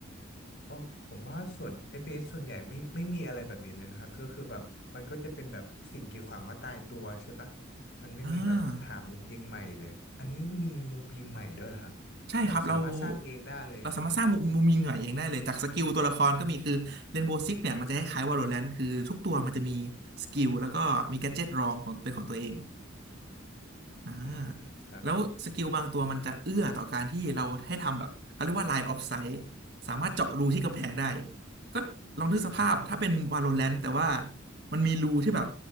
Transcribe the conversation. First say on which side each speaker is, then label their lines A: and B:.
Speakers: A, on the left; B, on the right.
A: โอ้ผมว่าส่วน FPS สส่วนใหญ่ไม่ไม่มีอะไรแบบนี้เลยนะครับก็คือแบบมันก็จะเป็นแบบสิ่งกีดขวางก็ตายตัวใช่ปะมันไม่มีแบบหามุมยิงใหม่เลยอันนี้มีมุมยิงใหม่ด้วยเหรอฮะ
B: อ่า ใช่ครับเรา
A: แบบสามารถสร้างเองได้เลยนะฮะ
B: เราสามารถสร้างมุมมุมยิงหน่อยเองได้เลยจากสกิลตัวละครก็มีคือเรนโบว์ซิกเนี่ยมันจะคล้ายๆวาโลแรนต์คือทุกตัวมันจะมีสกิลแล้วก็มีแกดเจ็ตรองของเป็นของตัวเองอ่า
A: อืมครับ
B: แล้วสกิลบางตัวมันจะเอื้อต่อการที่เราให้ทำแบบเขาเรียกว่า line of sight สามารถเจาะรูที่กำแพงได้ก็ลองนึกสภาพถ้าเป็นวาโลแรนต์แต่ว่า
A: อืม
B: มันมีรูที่แบบ